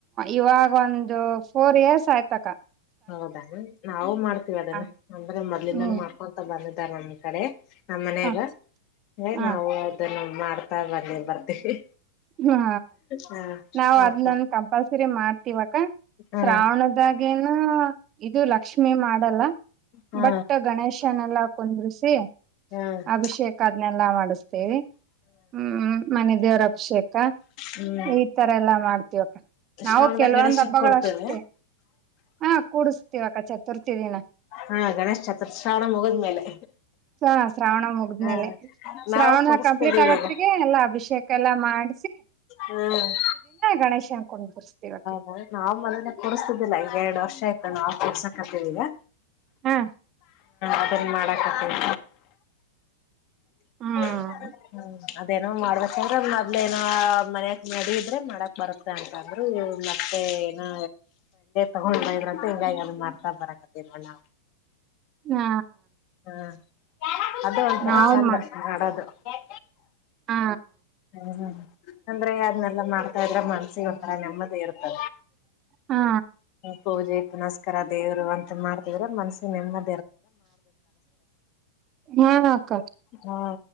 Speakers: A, on the right; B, on the left.
A: ಇವಾಗ ಒಂದು ಫೋರ್ ಇಯರ್ಸ್ ಆಯ್ತಕ
B: ಹೌದೇನ ನಾವು ಮಾಡ್ತೀವಿ ಅದನ್ನು
A: ಹ
B: ಅಂದ್ರೆ ಮೊದ್ಲಿಂದಾನ
A: ಹ್ಮ್
B: ಮಾಡ್ಕೊತಾ ಬಂದದ ನಮ್ಮ್ ಕಡೆ ನಮ್ಮ್ ಮನಾಗ
A: ಹ ಹ
B: ನಾವು ಅದನ್ನು ಮಾಡ್ತಾ ಬನ್ನಿ ಬರ್ತೀವಿ
A: ಹ
B: ಹಾ
A: ನಾವ
B: ಮಾಡ್ಕೊ
A: ಅದ್ನಂದ ಕಂಪಲ್ಸರಿ ಮಾಡ್ತಿವಾಗ
B: ಹಾ
A: ಶ್ರಾವಣದಾಗೇನ ಇದು ಲಕ್ಷ್ಮಿ ಮಾಡಲ್ಲ
B: ಹಾ
A: ಬಟ್ ಗಣೇಶನೆೆಲ್ಲ ಕುಂದ್ರಸಿ
B: ಹಾ ಹಾ
A: ಅಭಿಷೇಕ ಅದನೆಲ್ಲಾ ಮಾಡಿಸ್ತೇವಿ ಹ್ಮ್ ಮನೆ ದೇವ್ರ ಅಭಿಷೇಕ ಅ
B: ಹ್ಮ್
A: ಈ ತರ ಎಲ್ಲ ಮಾಡ್ತೀವಕ್ಕ ನಾವು
B: ಶ್ರಾವಣದಾಗ
A: ಕೆಲ್ವೊಂದ್
B: ಗಣೇಶನ್
A: ಹಬ್ಬಗಳ
B: ಕೊಡ್ತೇವೆ
A: ಅಷ್ಟೆ ಹ ಕುಡುಸ್ತಿವಕ್ಕ ಚತುರ್ಥಿ ದಿನ
B: ಹಾ ಗಣೇಶ್ ಚತುರ್ ಶ್ರಾವಣ ಮುಗಿದ್ಮೇಲೆ
A: ಹ ಶ್ರಾವಣ ಮುಗಿದ್ಮೇಲೆ
B: ಹ
A: ಶ್ರಾವಣ
B: ನಾವು ಕೊಡಸ್ತಿದ್ದೀವಿ
A: ಕಂಪ್ಲೀಟ್ ಆಗತ್ತಿಗೆ
B: ಈಗ
A: ಎಲ್ಲಾ ಅಭಿಷೇಕ ಎಲ್ಲಾ ಮಾಡ
B: ಹ್ಮ್
A: ಗಣೇಶನ್ ಕುಂದರ್ಸ್ತೀವಕ್ಕ
B: ಹದ ನಾವ್ ಮದನೆ ಕುೂರ್ಸ್ತಿದ್ದಿಲ್ಲ ಈ ಎರಡ್ ವರ್ಷ ಆಯ್ತ ನಾವ ಕರ್ಸ ಹಾಕಿದೀಯ
A: ಹ್ಮ
B: ಅದನ್ನ ಮಾಡಕತ್ತಿವ್ <unintelligible>
A: ಹ್ಮ್
B: ಅದೇನೋ ಮಾಡ್ಬೇಕಂದ್ರೆ ಮೊದ್ಲಏನೋ ಮನ್ಯಕ್ ಮಾಡಿದ್ರೆ ಮಾಡಕ್ ಬರುತ್ತೆ ಅಂತಂದ್ರರು ಮತ್ತೆ ಏನಾ ತಗೊಂಡ್ ಅಂತ ಹಿಂಗಾಗಿ ಅ ಮಾಡ ಬರಕತಿಲ
A: ಹಾ
B: ಹ್ಮ ಅದೇ ಒಂಥರ
A: ನಾವಮ್ಮ
B: ಚಂದ ಮಾಡೋದು <unintelligible>
A: ಹಾ
B: ಹ್ಮ ಅಂದ್ರೆ ಅದ್ನೆಲ್ಲ ಮಾಡ್ತಾ ಇದ್ರೆ ಮನ್ಸಿಗೆ ಒಂಥರ ನೆಮ್ಮದಿ ಇರುತ್ತೆ
A: ಹಾ
B: ಪೂಜೆಕ್ಕನಸ್ಕರ ದೇವ್ರು ಅಂತ ಮಾಡ್ತಾರೆ ಇದರ ಮಷಸಿನಾ
A: ಹಾ ಆಕ್ಕ
B: ಹಾ